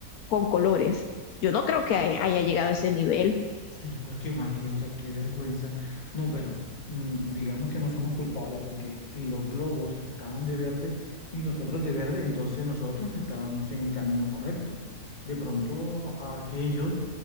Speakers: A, on the left; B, on the left.
A: con colores? Yo no creo que haya haya llegado a ese nivel.
B: Sí, porque más bien, o sea, qué vergüenza. No, pero mm, digamos que no somos culpables porque si los globos estaban de verde y nosotros de verde, entonces nosotros estábamos en el camino correcto. De pronto a aquellos,